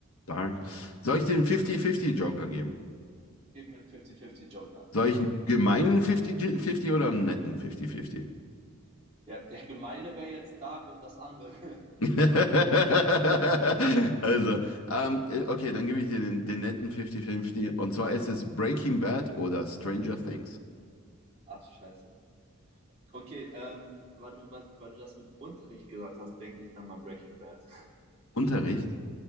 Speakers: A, on the left (about 80°); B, on the right (about 30°).
A: Dark. Soll ich dir einen 50-50 Joker geben?
B: Gib mir einen 50-50 Joker.
A: Soll ich einen gemeinen 50-50 oder einen netten 50-50?
B: Ja, der gemeine wäre jetzt Dark und das andere.
A: <laughs> Also, ähm, äh, okay, dann gebe ich dir den, den netten 50-50. Und zwar ist es Breaking Bad oder Stranger Things.
B: <laughs> Ach, scheiße. Okay, ähm, weil du, weil, weil du das mit Unterricht gesagt hast, denke ich dann mal Breaking Bad. <laughs>
A: Unterricht?